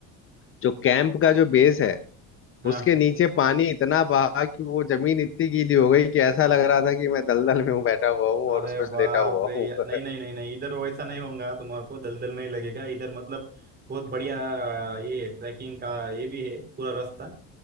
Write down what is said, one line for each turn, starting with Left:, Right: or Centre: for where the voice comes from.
Left: जो कैंप का जो बेस है
Right: हाँ
Left: उसके नीचे पानी इतना बहा कि वो जमीन इतनी गीली हो गई कि ऐसा लग रहा था कि मैं दलदल में हूँ बैठा हुआ हूँ
Right: अरे
Left: और उसमें से
Right: बाप
Left: लेटा हुआ
Right: रे
Left: हूँ
Right: या-
Left: <laughs>
Right: नहीं नहीं नहीं नहीं इधर वैसा नहीं होगा तुम्हारे को दलदल में ही लगेगा इधर मतलब बहुत बढ़िया ये ट्रैकिंग का ये भी है पूरा रास्ता